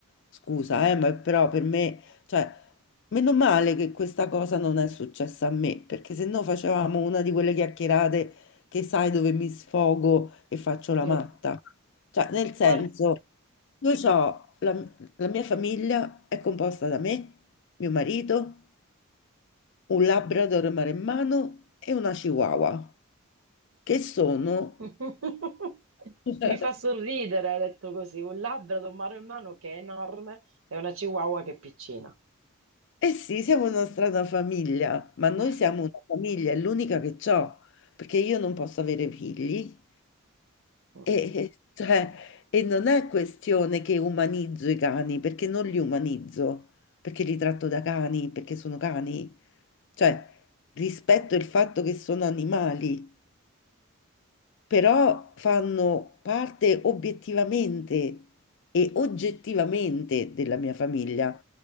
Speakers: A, on the left (about 55°); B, on the right (about 75°).
A: Scusa, eh, ma però per me, cioè, meno male che questa cosa non è successa a me, perché se no facevamo una di quelle chiacchierate che sai dove mi sfogo e faccio la
B: Sì.
A: matta. Cioè, nel senso,
B: guarda,
A: io ho la la mia famiglia è composta da me, mio marito un Labrador maremmano e una Chihuahua, che sono...
B: <laughs>
A: <laughs>
B: mi fa sorridere, detto così, un labbro un mano in mano che è enorme e una chihuahua che è piccina.
A: Eh sì, siamo una strana famiglia, ma noi
B: <laughs>
A: siamo una famiglia, è l'unica che ho, perché io non posso avere figli
B: Mm.
A: e, e- cioè, e non è questione che umanizzo i cani, perché non li umanizzo, perché li tratto da cani, perché sono cani, cioè rispetto il fatto che sono animali. però fanno parte obiettivamente e oggettivamente della mia famiglia,